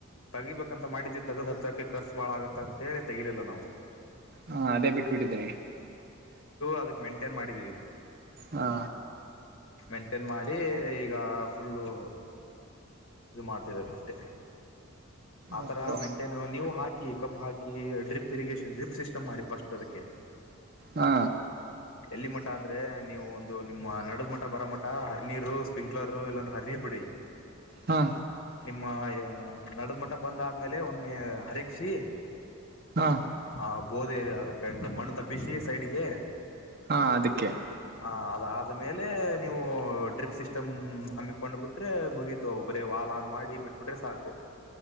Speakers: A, on the left; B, on the right.
A: ತೆಗಿಬೇಕಂತ ಮಾಡಿದ್ವಿ ತಗದ್ ಹತ್ತೋಕ್ಕೆ ಖರ್ಚು ಭಾಳ ಆಗತ್ತ ಅಂತೇಳಿ ತೆಗಿಲಿಲ್ಲ ನಾವು
B: ಹಾ ಅದೇ ಬಿಟ್ಬಿಟ್ಟಿದ್ರಿ.
A: ಅದಕ್ ಮೇಂಟೈನ್ ಮಾಡಿದೀವಿ.
B: ಹಾ
A: ಮೇಂಟೇನ್ ಮಾಡಿ ಈಗ ಫುಲ್ಲು. ಇದು ಮಾಡ್ತಿರದ ಅಷ್ಟೇ. ಆತರ
B: ಓಹೋ
A: ಮೇಂಟೈನ್ ನೀವು ಹಾಕಿ ಕಬ್ ಹಾಕಿ ಡ್ರಿಪ್ ಇರಿಗೇಷನ್ ಡ್ರಿಪ್ ಸಿಸ್ಟಮ್ ಮಾಡಿ ಪಸ್ಟ್ ಅದಕ್ಕೆ.
B: ಹಾ
A: ಎಲ್ಲಿ ಮಠ ಅಂದ್ರೆ ನೀವು ಒಂದು ನಿಮ್ಮ ನಡದ ಮಠ ಬರೋ ಮಠ ಹರಿನೀರು ಸ್ಪ್ರಿಂಕ್ಲರು ಇಲ್ಲಂದ್ರೆ ಹರಿನೀರ್ ಬಿಡಿ.
B: ಹಾ
A: ನಿಮ್ಮ ನಡದ ಮಟ್ಟ ಬಂದ ಆದ್ಮೇಲೆ ಒಮ್ಮೆ ಹರಕ್ಸಿ
B: ಹಾ
A: ಹ ಬೋದೇ ಅದಕ್ಕೆ ಹೆಂಗ ಮಣ್ಣ ದಬ್ಬಿಸಿ ಸೈಡ್ಗೆ.
B: ಹಾ ಅದಕ್ಕೆ
A: ಹ ಅದ ಆದ ಮೇಲೆ ನೀವು ಡ್ರಿಪ್ ಸಿಸ್ಟಮ್ ಹಮ್ಮಿಕೊಂಡ್ಬಿಟ್ಟು. ಅಂದ್ರೇ ಮುಗಿತು ಒಬ್ಬರೇ ವಾಲ್ ಆನ್ ಮಾಡಿ ಬಿಟ್ಬಿಟ್ರೆ ಸಾಕು.